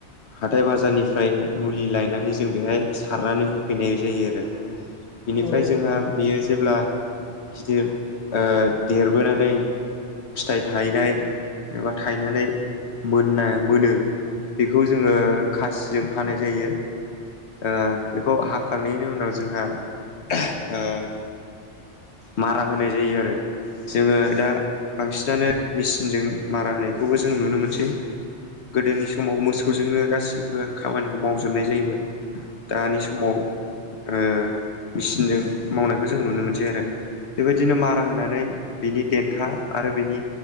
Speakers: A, on the left (about 70°); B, in the centre.
A: हाथाइ बाजारनिफ्राय मुलि लायनानै जों बेहाय सारनानै होफैनाय जायो आरो। बिनिफ्राय
B: औ उम औ उम
A: जोंहा बेयो जेब्ला गिदिर ओ देरबोनानै फिथाइ थायनाय एबा थायनानै मोनना मोनो बेखौ जोङो खासिजों हानाय जायो ओ बेखौ हा हाखांनायनि उनाव जोंहा <unintelligible> ओ मारा होनाय जायो आरो। जोङो दा बांसिनानो मेचिनजों मारा होनायखौबो जों नुनो मोनसै। गोदोनि समाव मोसौजोंनो गासिबो खामानिखौ मावजोबनाय जायोमोन। दानि समाव ओ मिसिनजों मावनायखौ जों नुनो मोनसै आरो। बेबायदिनो मारा होनानै बिनि देथा आरो बिनि